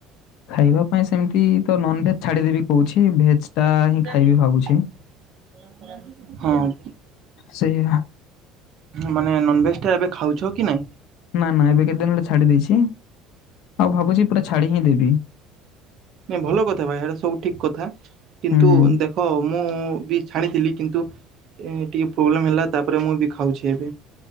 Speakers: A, on the left; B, on the right.
A: ଖାଇବା ପାଇଁ ସେମିତି ତ ନନଭେଜ ଛାଡିଦେବି କୋହୁଛି। ଭେଜ ଟା ହିଁ ଖାଇବି
B: ହଁ ଯଦି <unintelligible>
A: ଭାବୁଛି। ସେଇଆ
B: ମାନେ ନନଭେଜ ଟା ଏବେ ଖାଉଚ କି ନାଇଁ?
A: ନା ନା ଏବେ କେତେ ଦିନ ହେଳେ ଛାଡି ଦେଇଚି ଆଉ ଭାବୁଚି ପୁରା ଛାଡି ହିଁ ଦେବି।
B: ନାଁଇ ଭଲ କଥା ଭାଇ ହେରା ସବୁ ଠିକ କଥା କିନ୍ତୁ
A: ହୁଁ, ହୁଁ।
B: ଦେ ଖ ମୁଁ ବି ଛାଣିଥିଲି କିନ୍ତୁ ଟିକିେ ପ୍ରୋବ୍ଲେମ୍ ହେଲା ତାପରେ ମୁଁ ବି ଖାଉଚି ଏବେ।